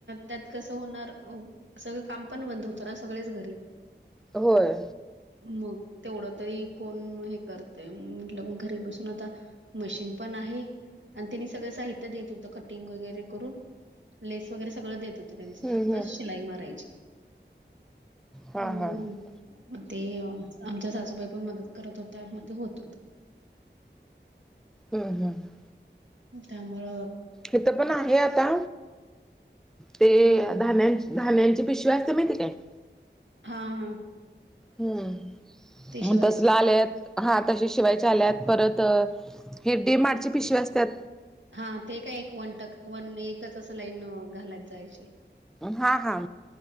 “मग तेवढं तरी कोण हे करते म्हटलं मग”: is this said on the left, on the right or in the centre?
Right